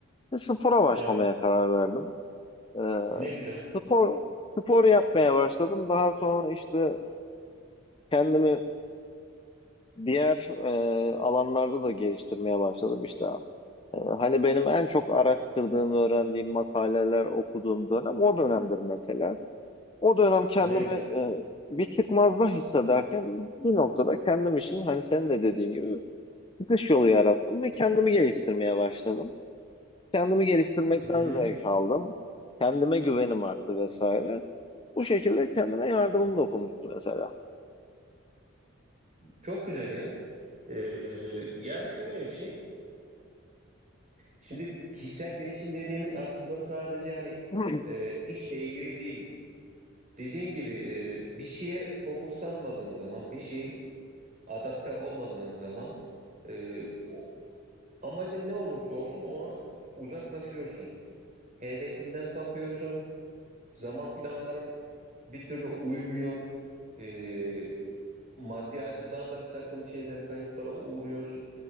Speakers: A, on the left; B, on the right.
A: Ve Spora başlamaya
B: Evet.
A: karar verdim. Ee,
B: Ne güzel.
A: spor spor yapmaya başladım. Daha sonra işte kendimi diğer e, alanlarda da geliştirmeye başladım işte. Ee, hani benim en çok araştırdığım, öğrendiğim makaleler okuduğum dönem o dönemdir mesela. O dönem kendimi
B: Ne güzel.
A: e, bir çıkmazda hissederken bir noktada kendim için hani senin de dediğin gibi çıkış yolu yarattım ve kendimi geliştirmeye başladım. Kendimi geliştirmekten
B: Hı hı.
A: zevk aldım. Kendime güvenim arttı vesaire. Bu şekilde kendime yardımım dokunmuştu mesela.
B: Çok güzel ya. Ee, yani şöyle bir şey. Şimdi kişisel gelişim dediğimiz aslında sadece hani
A: <clears throat>
B: e, işle ilgili değil. Dediğin gibi e, bir şeye fokuslanmadığın zaman, bir şeyi adapte olmadığın zaman e, o, amacın ne olursa olsun ona uzaklaşıyorsun. Hedefinden sapıyorsun. Zaman planların bir türlü uymuyor. Ee, maddi açıdan da bir takım şeyler kayıplara uğruyorsun.